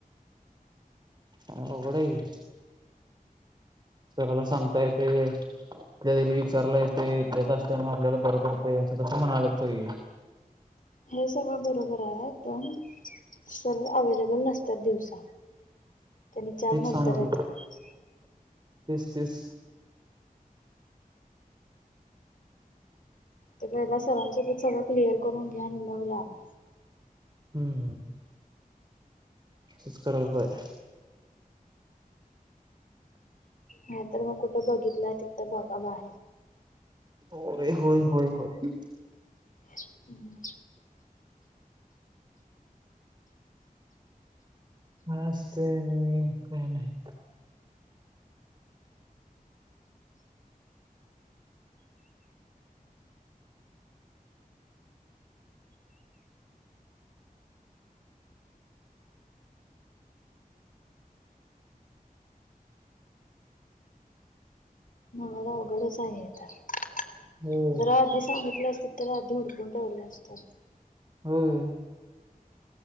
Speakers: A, on the right (about 30°); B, on the left (about 60°).
A: काय अवघड हाय कि सराला सांगताय ते त्या वेळी विचारला येतय इथल्या इथ असल्यामुळ आपल्याला बरं पडतंय अस तसं म्हणाल्यात सगळी <inaudible>
B: हे सगळं बरोबर हाय. पण सर अवेलेबल नसतात दिवसा त्यांनी चार
A: तेच
B: नंतर
A: सांग
B: येतात
A: तेच तेच
B: ते पहिला सरांसोबत सगळं क्लिअर करून घ्या आणि मग लावा
A: हम्म तेच करायला पाहि
B: हा तर मग कुठं बघितला तिथ बघा बाहेर
A: होय होय होय होय
B: हम्म
A: य असतय आणि काय नाही.
B: सगळ अवघडच आहे हे इथं
A: हो
B: जरा आधी सांगितल असतीत तर आधी हुडकून ठेवलं असत
A: होय